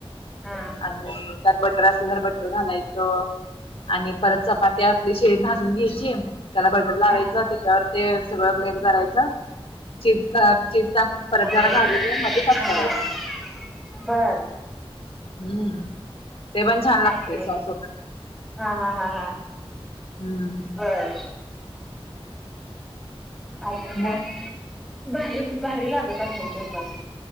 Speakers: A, in the centre; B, on the left.
A: हा
B: आणि त्यात बटर असलं तर बटर घालायचं. आणि परत चपाती आपली शिळी भाजून घ्यायची. त्याला बटर लावायचं
A: हा
B: त्याच्यावर ते सगळं ब्लेंड करायचं. चिजता, चिज टाकून परत
A: हा
B: जरा भाजून घेऊन मध्ये कट
A: हा
B: करायचं.
A: बर
B: हम्म ते पण छान लागतय
A: असं
B: सॊस सोबत..
A: हा हा हा हा
B: हम्म.
A: बर अजून काय?
B: मग
A: भारी, भारी लागत असल ते पण.